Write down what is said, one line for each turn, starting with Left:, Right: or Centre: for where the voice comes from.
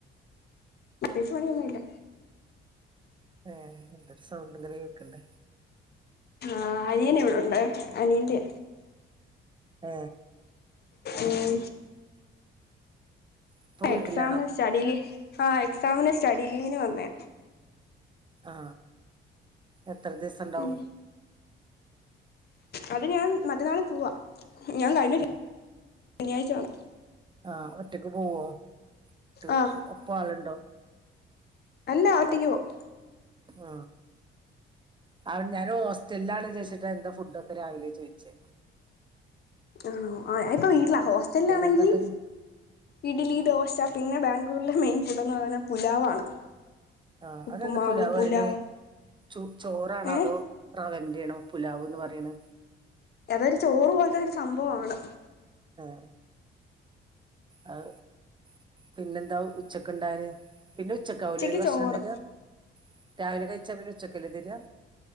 Left: പ്രത്യേകിച്ചു പണിയൊന്നുമില്ല
Right: ഏ എന്തൊരു സൗണ്ട് ഇതില് കേക്ക്ണ്ട്
Left: ആ അനിയൻ ഇവിടൊണ്ട് അനിയന്റെ
Right: ആ
Left: ഉം
Right: ഇപ്പൊ
Left: എക്സാമിന്
Right: വീട്ടിലാണോ
Left: സ്റ്റഡി ലീവ് ആ എക്സാമിന് സ്റ്റഡി ലീവിന് വന്നേ
Right: ആ എത്ര ദിവസണ്ടാവും
Left: ഉം അത് ഞാൻ മറ്റന്നാള് പോവാ ഞാൻ കഴിഞ്ഞ
Right: ആ
Left: ശനിയാഴ്ച വന്നെ
Right: ആ ഒറ്റക്ക് പോവോ ഒറ്റക്ക്
Left: ആഹ്
Right: ഒപ്പ ആളുണ്ടോ
Left: അല്ല ഒറ്റയ്ക്ക് പോവും
Right: ആ ആ ഞാൻ ഹോസ്റ്റലിലാണ് വിചാരിച്ചിട്ടാന്താ ഫുഡൊക്കെ രാവിലെ ചോയിച്ചേ
Left: ആ ആ ഇപ്പൊ വീട്ടിലാ ഹോസ്റ്റലിലാണെങ്കി
Right: എന്താണ്ട്
Left: ഇഡ്ലി
Right: ഉം
Left: ദോശ പിന്നെ ബാ ഗ്ലൂര്ലെ മെയിൻ ഫുഡെന്ന് പറയുന്നെ പുലാവാണ്
Right: ആ
Left: ഉപ്പുമാവ്
Right: അതെന്താ പുലാവ്റിണെ
Left: പുലാവ്
Right: ചൊ ചോറണോ
Left: ഏഹ്
Right: അതോ റവ ന്റെയാണോ പുലാവ് എന്ന് പറയ്ണെ
Left: അതൊരു ചോറ് പോലത്തെരു സംഭവാണ്
Right: ആ അത് പിന്നെന്താ ഉച്ചക്ക്ണ്ടാവല് പിന്നെ ഉച്ചക്കാവുലെ
Left: ഉച്ചക്ക്
Right: ഓര് ഭക്ഷണം
Left: ചോറ്
Right: തരാ രാവിലെ കഴിച്ചാ പിന്നെ ഉച്ചക്കല്ലെ തരാ